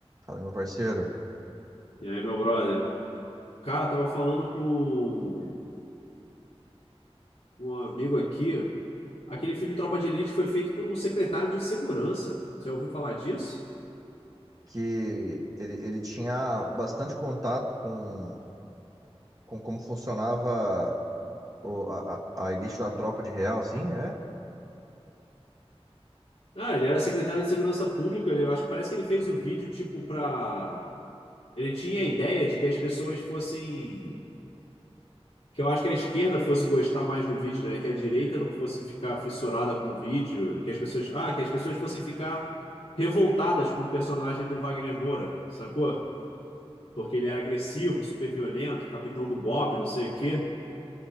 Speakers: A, on the right; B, on the left.
A: Fala, meu parceiro,
B: E aí, meu brother? Cara, tava falando com, com um amigo aqui. Aquele filme Tropa de Elite foi feito por um secretário de segurança. Você já ouviu falar disso?
A: que ele, ele tinha bastante contato com, com como funcionava o- a, a a elite da tropa de real, assim, é?
B: Ah, ele era secretário de segurança pública. ele- Eu acho que parece que ele fez o vídeo tipo pra. Ele tinha a ideia de que as pessoas fossem. Que eu acho que a esquerda fosse gostar mais do vídeo, né? Que a direita não fosse ficar fissurada com o vídeo. Que as pessoas. Ah, que as pessoas fossem ficar revoltadas com o personagem do Wagner Moura, sacou? porque ele era agressivo, super violento, capitão do BOPE, não sei o quê.